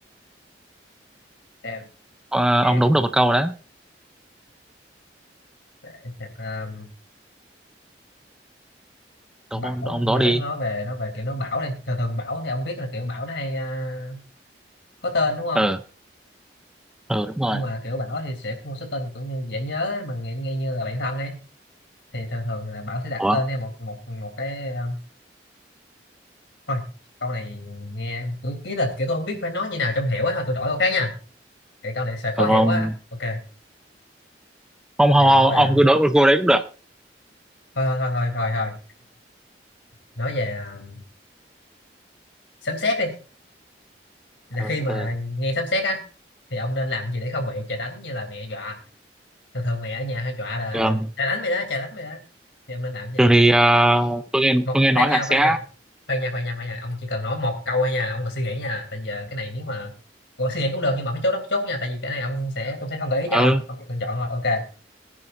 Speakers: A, on the left; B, in the centre.
A: xem
B: Ờ,
A: nghe
B: ông đúng
A: cũng
B: được một câu đấy.
A: xem, Bảo
B: Đúng, ông
A: giờ
B: đó đi.
A: nó nói về nó về kiểu nó Bảo đi thường thường Bảo thì ông biết là kiểu Bảo nó hay à, có tên đúng không
B: Ờ, ờ đúng rồi.
A: nhưng mà kiểu Bảo thì sẽ có một số tên kiểu như dễ nhớ ấy, mà nghe, nghe như là bạn thân ấy thì thường thường là Bảo sẽ đặt
B: Ủa,
A: tên theo một một một cái à, thôi câu này nghe kiểu ký lịch kiểu tôi không biết phải nói như nào trong hiểu ấy thôi tôi đổi câu khác nha cái câu này sẽ khó
B: ờ,
A: hiểu
B: ông
A: quá ok
B: ông ông,
A: giờ nói về
B: ông cứ đối một cô đấy cũng được
A: thôi thôi thôi thôi thôi, thôi. nói về à, sấm sét đi là
B: ờ
A: khi mà
B: ờ
A: nghe sấm sét á thì ông nên làm gì để không bị trời đánh như là mẹ dọa thường thường mày ở nhà hay dọa là
B: thường
A: trời đánh mày đó trời đánh mày đó thì ông nên làm cái
B: thường
A: gì
B: thì ờ, tôi nghe
A: một
B: tôi nghe
A: khoan
B: nói
A: nha
B: là sẽ
A: khoan nha khoan nha khoan nha khoan nha ông chỉ cần nói một câu thôi nha ông còn suy nghĩ nha tại giờ cái này nếu mà còn suy nghĩ cũng được nhưng mà phải chốt đất chốt nha tại vì cái này ông sẽ tôi sẽ không gợi ý cho
B: ờ
A: ông ông chỉ cần chọn thôi ok